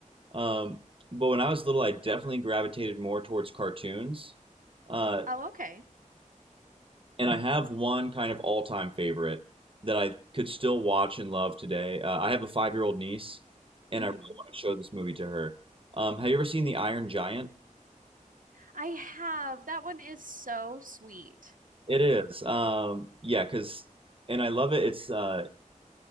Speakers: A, on the right; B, on the right.
A: Um, but when I was little, I definitely gravitated more towards cartoons. Uh,
B: oh okay
A: and I have one kind of all-time favorite that I could still watch and love today. Uh, I have a five-year-old niece, and
B: hmm
A: I really want to show this movie to her. Um, have you ever seen The Iron Giant?
B: I have that one is so sweet
A: It is. Um, yeah, because and I love it. It's uh